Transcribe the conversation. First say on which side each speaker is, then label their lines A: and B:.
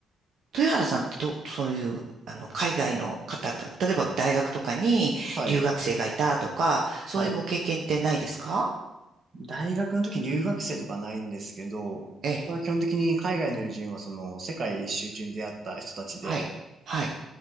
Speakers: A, on the right; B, on the right.
A: 豊原さんってどう、そういう、あの、海外の方と、例えば大学とかに留学生がいたとか、
B: はい。
A: そういうご経験ってないですか
B: はい。大学の時に留学生とかないんですけど、
A: ええ
B: 僕は基本的に海外の友人はその世界一周中に出会った人たちで、
A: はい。はい。